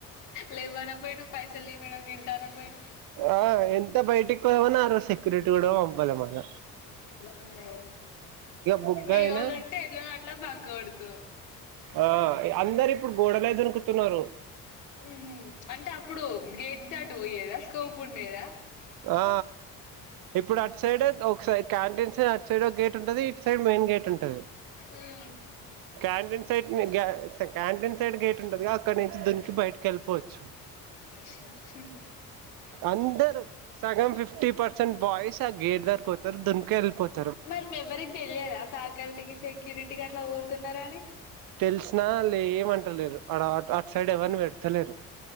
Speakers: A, on the left; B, on the right.
A: లేవ్వనకపోయినవ్ పైసలియ్యి మేడమ్ తింటానకపోయినవ్
B: ఆ ఎంత బయటకి పోదామన్న ఆ రోజు సెక్యూరిటీ కూడ పంపలే మల్ల
A: వావ్
B: బుగ్గ
A: మీ
B: అయినా
A: వొళ్ళు ఉంటే ఎట్లనో అట్ల బంక్ కొడుతవ్
B: ఆ అందరిప్పుడు గోడలే దునుకుతున్నరు
A: ఊహు అంటే అప్పుడు గేట్ దాటి పోయేదా స్కోప్ ఉండేదా
B: ఆ ఇప్పుడటు సైడ్ ఒక సై క్యాంటీన్ సై అటు సైడ్ ఒక గేట్ ఉంటది ఇటు సైడ్ మెయిన్ గేట్ ఉంటది
A: ఊమ్
B: క్యాంటీన్ సైడ్ ని గ్య క్యాంటీన్ సైడ్ గేట్ ఉంటదిగా అక్కడ నుంచి దునికి బయటకి ఎళ్ళిపోవచ్ ప్చ్
A: చి చి
B: అందరు సగం ఫిఫ్టీ పర్సెంట్ బాయ్స్ ఆ గేడ్ దగ్గరక్పోతరు దున్కీ ఎల్పోత్
A: మరి మీ ఎవ్వరికి తెలియదా ఫ్యాకల్టీకి సెక్యూరిటీకి అట్ల పోతున్నరని
B: తెలిసినా అల్లెమంటలేరు ఆడ అట్ అట్ సైడ్ ఎవర్ని పెడతలేరు